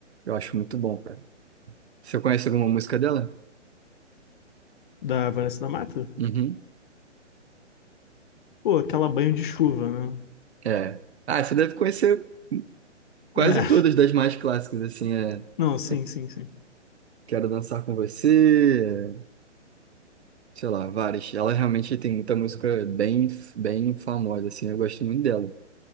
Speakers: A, on the right; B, on the left.
A: Eu acho muito bom, cara. Você conhece alguma música dela?
B: Da Vanessa da Mata?
A: Uhum.
B: Pô, aquela banho de chuva, né?
A: É. Ah, você deve conhecer quase
B: É,
A: todas das mais clássicas, assim, é.
B: <laughs> não, sim,
A: é
B: sim, sim.
A: Quero dançar com você, sei lá, várias. Ela realmente tem muita música bem, bem famosa, assim, eu gosto muito dela.